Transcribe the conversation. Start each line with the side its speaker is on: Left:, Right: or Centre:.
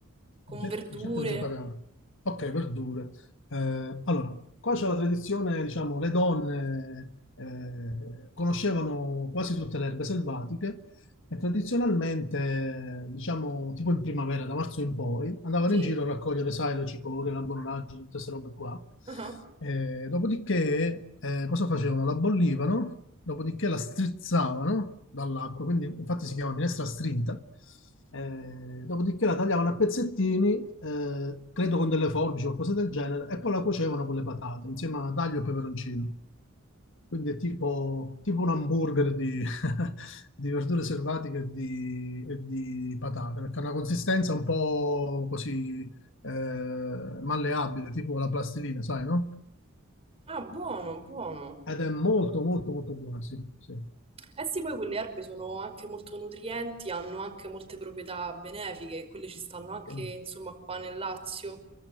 Right: con
Left: Ricet-
Right: verdure.
Left: Ricetta vegetariana. Ok, verdure. Eh, allora, qua c'è la tradizione, diciamo, le donne eh, conoscevano quasi tutte le erbe selvatiche e tradizionalmente, diciamo, tipo in primavera, da marzo in poi, andavano
Right: Sì?
Left: in giro a raccogliere, sai, le cicorie, la borragine, tutte queste robe qua.
Right: Ah,
Left: E dopodiché, eh, cosa facevano? La bollivano, dopodiché la strizzavano dall'acqua, quindi infatti si chiama minestra strinta. Eh, dopodiché la tagliavano a pezzettini, eh, credo con delle forbici o cose del genere, e poi la cuocevano con le patate, insieme a aglio e peperoncino. Quindi è tipo, tipo un hamburger di, <laughs> di verdure selvatiche e di, e di patate, perché ha una consistenza un po' così eh, malleabile, tipo la plastilina, sai, no?
Right: Ah, buono, buono.
Left: Ed è molto, molto, molto buona, sì, sì,
Right: Eh sì, poi quelle erbe sono anche molto nutrienti, hanno anche molte proprietà benefiche, quelle ci stanno anche,
Left: sì,
Right: insomma, qua nel Lazio,